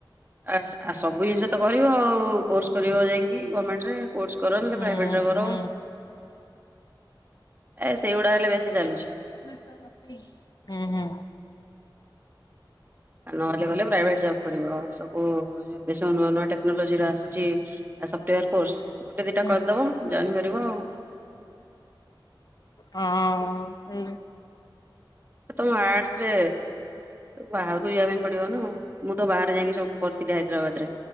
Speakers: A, on the right; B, on the left.
A: ଆସ୍‌ ଆ ସବୁ ଜିନିଷ ତ କରିବ ଆଉ କୋର୍ସ କରିବ ଯାଇକି ଗମେଣ୍ଟ ରେ। କୋର୍ସ କର ନହେଲେ
B: ହୁଁ
A: ପ୍ରାଇବେଟ ଜ କର।
B: ହୁଁ
A: ଏ ସେଇଗୁଡା ହେଲେ ବେଶୀ ଚାଲୁଛି।
B: ହୁଁ ହୁଁ।
A: ଆଉ ନହେଲେ ଗଲେ ପ୍ରାଇଭେଟ ଜବ୍ କରିବ ଆ ସବୁ <unintelligible> ନୂଆ ନୂଆ ଟେ ନୋଲୋଜିର ଆସୁଚି ସଫ୍ଟାର କୋର୍ସ ଗୋଟେ ଦିଟା
B: ହୁଁ
A: କରିଦବ ଜଏନ୍ କରିବ ଆଉ।
B: ହୁଁ ହୁଁ ସେଇ
A: ଆ ତମେ ଆର୍ଟସ ରେ ବାହାରକୁ ଯିବା ପାଇଁ ପଡିବ ନା ମୁଁ ତ ବାହାରେ ଯାଇକି ସବୁ କରୁଥିଲି ହାଇଦ୍ରାବାଦରେ